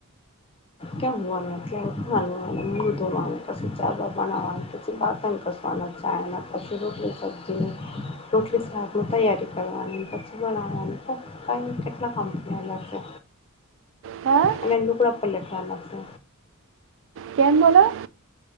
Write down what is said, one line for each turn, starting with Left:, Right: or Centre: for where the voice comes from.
Left: કે હુવાનું એટલે ઉઠવાનું ઓયને મૂળુ ધોવાનું પસી ચા-બા બનાવવાની પસી બાટણ ઘસ ખાના ખાયા એના પછી રોટલી સબ્જી ને. રોટલી સાક તૈયારી કરવાની પછી બનાવાનું. કઈ કેટલા કંપની અલગ છે.
Right: હા
Left: અને લુગડા પલટવાના છે.
Right: કેમ બોલો.